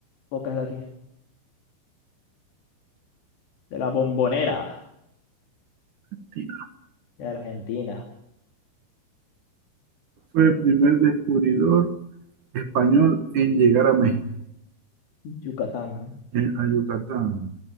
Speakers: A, on the left (about 65°); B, on the right (about 60°).
A: Boca es de aquí, de la Bombonera,
B: Tina.
A: de Argentina,
B: Fue el primer descubridor español en llegar a México,
A: Yucatán.
B: en, a Yucatán.